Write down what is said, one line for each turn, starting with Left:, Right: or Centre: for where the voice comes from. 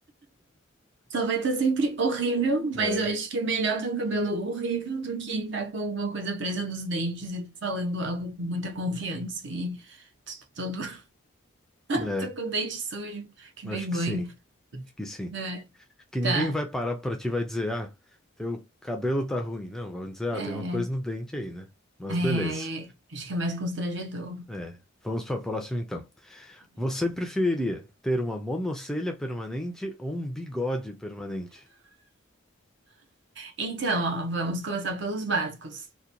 Right: Só vai estar sempre horrível,
Centre: <laughs> né?
Right: mas
Centre: É,
Right: eu acho que é melhor ter um cabelo horrível do que estar com alguma coisa presa nos dentes e falando algo com muita confiança e t- todo <laughs>
Centre: é,
Right: tô com o dente sujo, que
Centre: acho
Right: vergonha,
Centre: que sim, acho que sim.
Right: né?
Centre: Que ninguém
Right: Tá.
Centre: vai parar pra ti e vai dizer, ah, teu cabelo tá ruim. Não, vão dizer, ah,
Right: É,
Centre: tem uma coisa no dente aí, né? Mas
Right: é,
Centre: beleza.
Right: é, acho que é mais constrangedor.
Centre: É, vamos pra próxima então. Você preferiria ter uma monocelha permanente ou um bigode permanente?
Right: Então, ó, vamos começar pelos básicos.